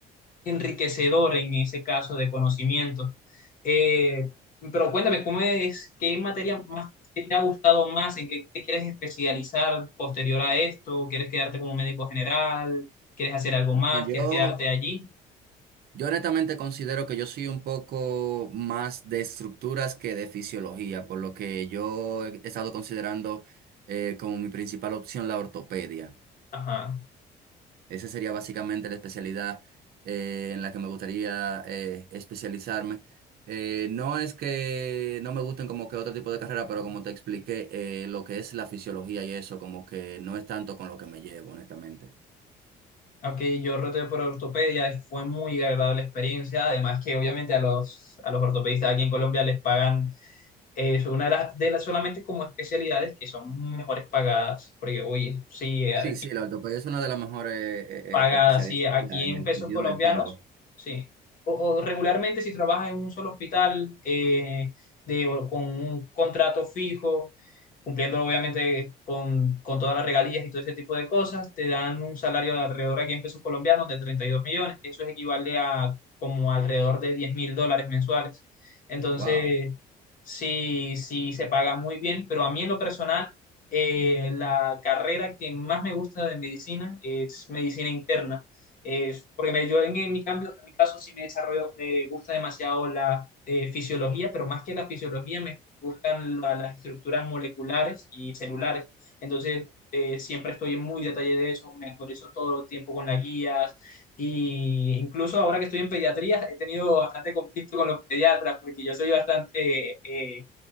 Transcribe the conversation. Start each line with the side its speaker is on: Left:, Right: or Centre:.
Left: enriquecedor en ese caso de conocimiento. Eh, pero cuéntame, ¿cómo es, qué materia más qué te ha gustado más? ¿En qué te quieres especializar posterior a esto? ¿Quieres quedarte como médico general? ¿Quieres hacer algo
Right: Bueno,
Left: más? ¿Quieres
Right: yo
Left: quedarte allí?
Right: Yo honestamente considero que yo soy un poco más de estructuras que de fisiología, por lo que yo he estado considerando eh, como mi principal opción la ortopedia.
Left: Ajá.
Right: Esa sería básicamente la especialidad eh, en la que me gustaría eh, especializarme. Eh, no es que no me gusten como que otro tipo de carrera, pero como te expliqué, eh, lo que es la fisiología y eso, como que no es tanto con lo que me llevo, honestamente.
Left: Ok, yo roté por ortopedia, fue muy agradable experiencia, además que obviamente a los, a los ortopedistas aquí en Colombia les pagan, eh, es una de las, de las solamente como especialidades que son mejores pagadas, porque oye, sí, eh,
Right: Sí, sí, la ortopedia es una de las mejores eh, eh,
Left: pagada,
Right: eh, especialidades
Left: sí, aquí
Right: en
Left: en
Right: el
Left: pesos
Right: sentido
Left: colombianos,
Right: del pago.
Left: sí. O, o regularmente si trabajas en un solo hospital eh, de, o con un contrato fijo, cumpliendo obviamente con, con todas las regalías y todo ese tipo de cosas, te dan un salario de alrededor aquí en pesos colombianos de 32 millones, que eso equivale a como alrededor de 10 mil dólares mensuales. Entonces,
Right: Wow,
Left: sí, sí se paga muy bien, pero a mí en lo personal eh, la carrera que más me gusta de medicina es medicina interna. Es- porque me, yo en, en mi cambio, en mi caso sí me desarrollo, me gusta demasiado la eh, fisiología, pero más que la fisiología me gustan la- las estructuras moleculares y celulares. Entonces, eh, siempre estoy en muy detalle de eso, me actualizo todo el tiempo con las guías y incluso ahora que estoy en pediatría he tenido bastante conflicto con los pediatras porque yo soy bastante eh,